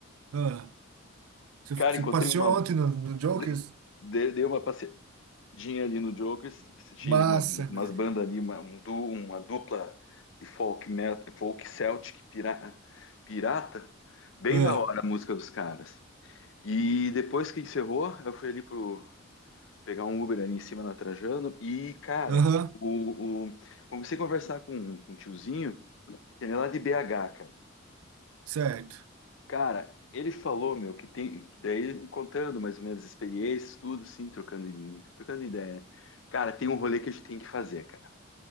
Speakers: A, on the right; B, on the left.
A: Ah. Você,
B: Cara,
A: você
B: encontrei
A: passeou
B: uma.
A: ontem no, no Jokers?
B: de- de- Dei uma passeadinha ali no Jokers, assisti
A: Massa,
B: uma,
A: velho.
B: umas bandas ali, uma, um du- uma dupla de folk metal, folk Celtic pira- pirata. Bem
A: Ah,
B: da hora a música dos caras. E depois que encerrou, eu fui ali pro pegar um Uber ali em cima na Trajano e, cara,
A: Aham,
B: o, o- comecei a conversar com, um com um tiozinho, que ele é lá de BH, cara.
A: certo.
B: Cara, ele falou, meu, que tem, que daí contando mais ou menos as experiências, tudo, sim, trocando, i- trocando ideia, né? Cara, tem um rolê que a gente tem que fazer, cara.